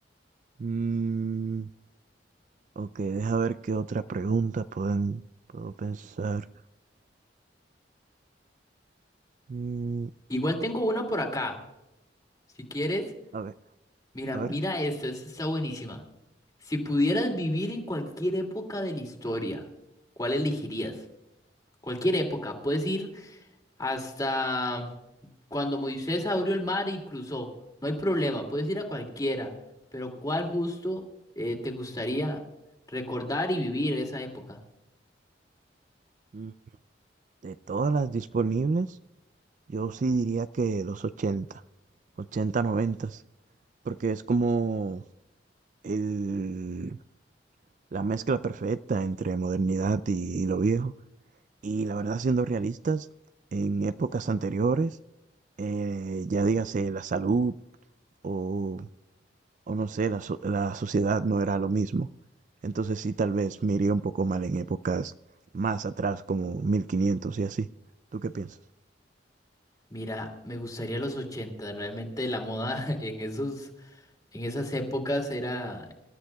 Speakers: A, on the right; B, on the left.
A: Mm, ok, deja ver qué otra pregunta pueden, puedo pensar. Mm,
B: Igual tengo una por acá. Si quieres,
A: a ver,
B: mira,
A: a
B: mira
A: ver.
B: esto, esta está buenísima. Si pudieras vivir en cualquier época de la historia, ¿cuál elegirías? Cualquier época, puedes ir hasta cuando Moisés abrió el mar y cruzó. No hay problema, puedes ir a cualquiera, pero ¿cuál justo eh, te gustaría recordar y vivir esa época?
A: Mm, De todas las disponibles. Yo sí diría que los 80 80 90, porque es como el, la mezcla perfecta entre modernidad y, y lo viejo. Y la verdad, siendo realistas, en épocas anteriores, eh, ya dígase la salud o, o no sé, la, so- la sociedad no era lo mismo. Entonces sí, tal vez me iría un poco mal en épocas más atrás, como 1500 y así. ¿Tú qué piensas?
B: Mira, me gustaría los 80. realmente la moda <laughs> en esos, en esas épocas era,